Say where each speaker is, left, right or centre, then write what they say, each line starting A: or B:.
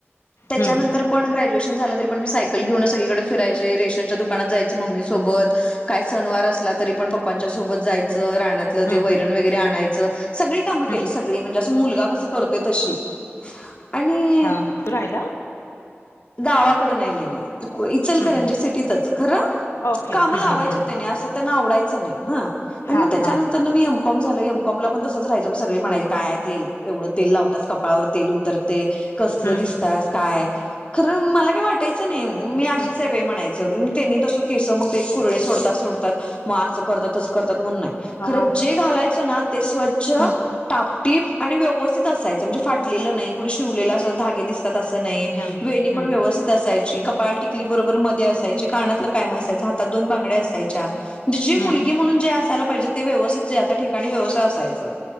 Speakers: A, on the left; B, on the left.
A: त्याच्यानंतर
B: हम्म,
A: पण ग्रॅज्युएशन झाल तरी पण, मी सायकल घेऊन सगळीकडे फिरायचे, रेशनच्या दुकानात जायचं मम्मी सोबत, काय सणवार असला तरी पण, पप्पांच्या सोबत जायचं, रानातलं
B: हम्म,
A: ते वैरण वगैरे आणायचं. सगळी कामं
B: हम्म.
A: केली, सगळी म्हणजे असं मुलगा कसं करतोय तशी आणि
B: हा तू रहायला.
A: गावाकड नाही नाही नाही. इचलकरंजी
B: हम्म.
A: सिटीतच, खरं
B: ओके
A: काम
B: हम्म,
A: लावायचे
B: हम्म, हम्म.
A: तेंनी, असं त्यांना आवडायचं नाही. हा आणि
B: हा
A: मग त्याच्यानंतर
B: हा
A: न मी एम कॉम झालो. एम कॉम ला पण तस तसेच राहायचं. मग सगळे म्हणायचे. काय तेल एवढं तेल लावत्यास कपाळावर तेल उतरते. कसलं
B: हम्म,
A: दिसत्यास काय. खरं मला काय वाटायचं नाही. मी
B: हम्म.
A: आशिच च बाई हाय म्हणायचं. त्यांनी तसं केस मग का कुरळे सोडतात. सोडतात. मग असं करतात. तसं करतात. म्हणून नाही
B: हा.
A: खरंच जे घालायचं ना ते स्वच्छ स्वच्छ,
B: हम्म,
A: टापटीप, आणि व्यवस्थित, असायचं म्हणजे फाटलेलं नाही कुठं शिवलेलं अस धागे दिसतात अस नाही.
B: हम्म,
A: वेणी
B: हम्म,
A: पण व्यवस्थित असायची. कपाळाला टिकली बरोबर मध्ये असायची. कानातले कायम असयाचं. हातात दोन बांगड्या असायचया. जी
B: हम्म.
A: मुलगी म्हणून जे असायला पाहिजे ते व्यवथित त्या ठिकाणी व्यवसाय असायचा.